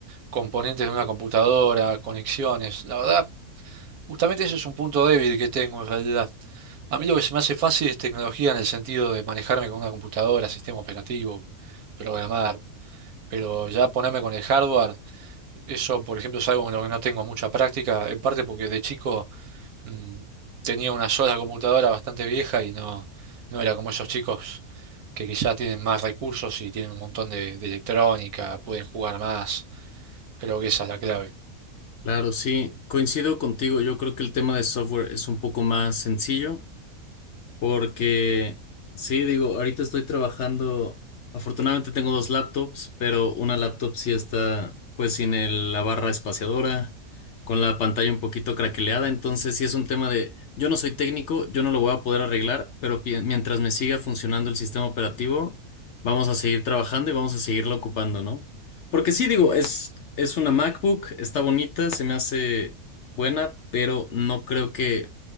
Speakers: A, on the right (about 80°); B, on the left (about 60°).
A: componentes de una computadora, conexiones, la verdad, justamente ese es un punto débil que tengo en realidad. A mí lo que se me hace fácil es tecnología en el sentido de manejarme con una computadora, sistema operativo, programar. Pero ya ponerme con el hardware, eso por ejemplo es algo en lo que no tengo mucha práctica, en parte porque de chico mm, tenía una sola computadora bastante vieja y no, no era como esos chicos que quizá tienen más recursos y tienen un montón de, de electrónica, pueden jugar más. Creo que esa es la clave.
B: claro, sí. Coincido contigo. Yo creo que el tema de software es un poco más sencillo. Porque, sí, digo, ahorita estoy trabajando, afortunadamente tengo dos laptops, pero una laptop sí está pues sin el- la barra espaciadora, con la pantalla un poquito craqueleada, entonces sí es un tema de, yo no soy técnico, yo no lo voy a poder arreglar, pero pi- mientras me siga funcionando el sistema operativo, vamos a seguir trabajando y vamos a seguirla ocupando, ¿no? Porque sí, digo, es, es una MacBook, está bonita, se me hace buena, pero no creo que